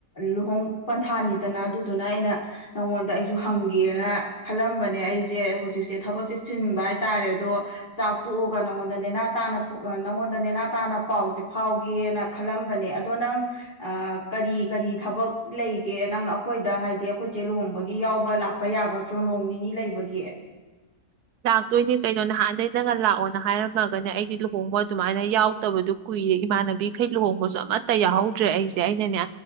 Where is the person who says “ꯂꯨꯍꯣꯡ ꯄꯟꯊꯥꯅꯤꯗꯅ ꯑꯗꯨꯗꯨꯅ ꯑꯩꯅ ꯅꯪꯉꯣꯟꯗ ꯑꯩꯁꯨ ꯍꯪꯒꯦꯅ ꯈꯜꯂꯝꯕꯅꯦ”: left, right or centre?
Left